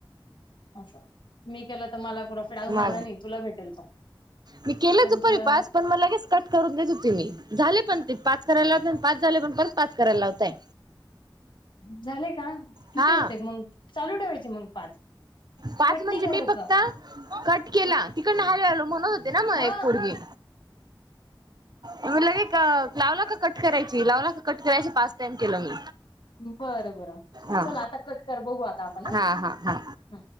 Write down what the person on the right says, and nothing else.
मा
मी केले
दुपारी
पाच पण म लगेच कट करून द्या, झाले पण ते पाच करायला लावते, पाच झाले पण परत पाच करायला लावताय.
हा
पाच
म्हणजे
मी फक्त कट केला, तिकड न म्हणत होते ना मग
एक पोरगी, म्हलंे लावलं का कट करायच. <unintelligible> शिलावला कट करायच पाच टाइम केलं मी
हा,
हा हा, हा,